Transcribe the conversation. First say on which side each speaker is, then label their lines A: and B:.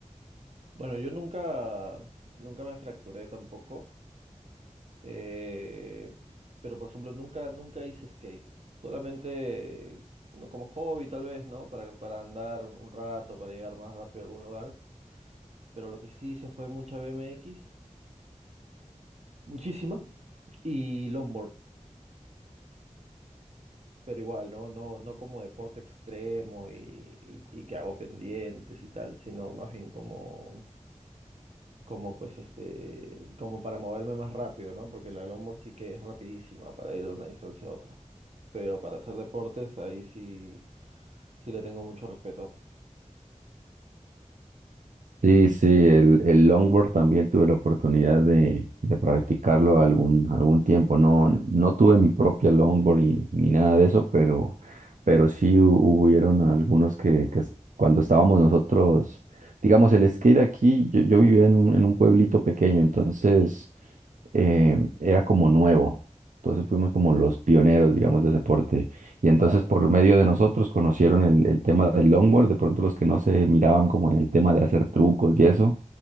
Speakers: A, on the right; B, on the right.
A: bueno, yo nunca, nunca me fracturé tampoco. Eh, pero, por ejemplo, nunca, nunca hice skate. Solamente no como hobby, tal vez, ¿no? Para, para andar un rato, para llegar más rápido a algún lugar. Pero lo que sí hice fue mucha BMX, muchísima, y longboard. Pero igual, ¿no? No, no como deporte extremo y, y, y que hago pendientes y tal, sino más bien como como pues este, como para moverme más rápido, ¿no? Porque la longboard sí que es rapidísima para ir de una distancia a otra. Pero para hacer deportes, ahí sí, sí le tengo mucho respeto.
B: Sí, sí, el, el longboard también tuve la oportunidad de, de practicarlo algún, algún tiempo. No, no tuve mi propia longboard y- ni nada de eso, pero, pero sí hu- hubieron algunos que, que es- cuando estábamos nosotros, digamos, el skate aquí, yo, yo vivía en un, en un pueblito pequeño, entonces eh, era como nuevo. Entonces fuimos como los pioneros, digamos, del deporte. Y entonces
A: Claro.
B: por medio de nosotros conocieron el, el tema del longboard. De pronto los que no se miraban como en el tema de hacer trucos y eso,